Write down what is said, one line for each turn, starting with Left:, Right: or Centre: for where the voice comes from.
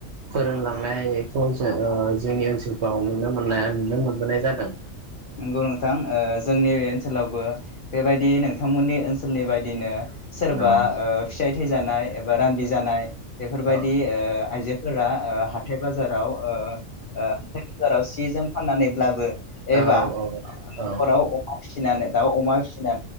Right: फोरोंलांनायखौ जों जोंनि ओनसोलफ्राव नुनो मोननाय नुनो मोनबोनाय जादों
Left: नंगौ नोंथां ओ जोंनि ओनसोलावबो बेबायदि नोंथांमोननि ओनसोलनि बायदिनो सोरबा
Right: औ
Left: ओ फिसाय थैजानाय एबा रान्दि जानाय बेफोरबायदि
Right: औ
Left: ओ आइजो फोरा ओ हाथाय बाजाराव अ ओ बाजाराव सि जोम फाननानैब्लाबो
Right: औ
Left: एबा नखराव
Right: औ औ
Left: अमा फिसि दाउ अमा फिसिनानै